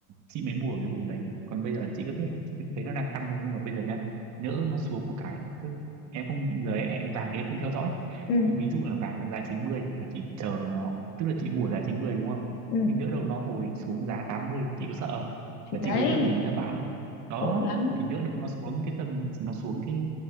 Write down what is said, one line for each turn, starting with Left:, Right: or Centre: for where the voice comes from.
Right: chị mới mua ở cái vùng đấy còn bây giờ chị cứ biết là chị cứ thấy nó đang tăng thôi nhưng mà bây giờ nhá nhỡ nó xuống một cái em không giờ em, vàng thì em không theo dõi
Left: ừ
Right: nhưng ví dụ là vàng đang giá 90 mà chị chờ nó tức là chị mua ở giá 90 đúng không
Left: ừ
Right: nhưng nữa đâu nó hồi xuống giá 80 chị có sợ không
Left: thì
Right: và
Left: đấy
Right: chị có cái tâm lý là bán không? đó
Left: khổ lắm
Right: thì nữa đâu nó xuống cái tâm nó xuống cái